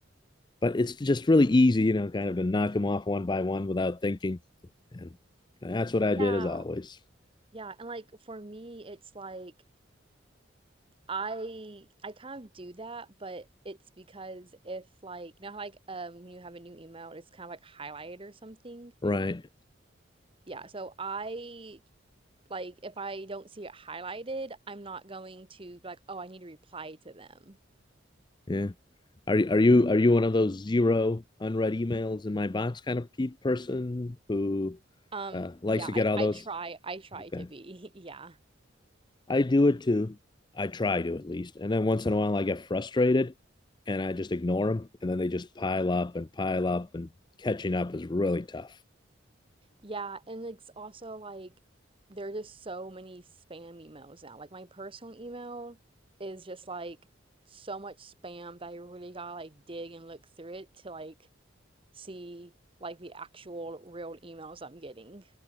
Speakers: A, on the left; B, on the right.
A: But it's just really easy, you know, kind of to knock them off one by one without thinking. And that's what I
B: Yeah,
A: did as always.
B: yeah. And like for me, it's like I I kind of do that, but it's because if like you know how like um when you have a new email, it's kind of like highlighted or something.
A: Right.
B: Yeah, so I like if I don't see it highlighted, I'm not going to be like, oh, I need to reply to them.
A: Yeah. Are you are you are you one of those zero unread emails in my box kind of pe person who
B: Um,
A: uh, likes
B: yeah,
A: to
B: I
A: get all
B: I
A: those?
B: try I try
A: Okay.
B: to be. <laughs> Yeah.
A: I do it too. I try to at least. And then once in a while, I get frustrated and I just ignore them. And then they just pile up and pile up, and catching up is really tough.
B: Yeah, and it's also like there are just so many spam emails now. Like my personal email is just like so much spam that I really gotta like dig and look through it to like see like the actual real emails I'm getting.